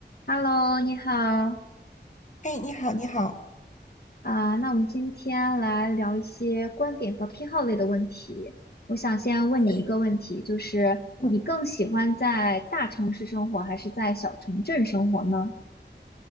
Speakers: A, on the left; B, on the left.
A: Hello，你好
B: 哎，你好，你好，
A: 啊，那我们今天来聊一些观点和偏好类的问题。我想先问你一个问题，
B: 可以，
A: 就是你更喜欢在大城市生活还是在小城镇生活呢？
B: 嗯，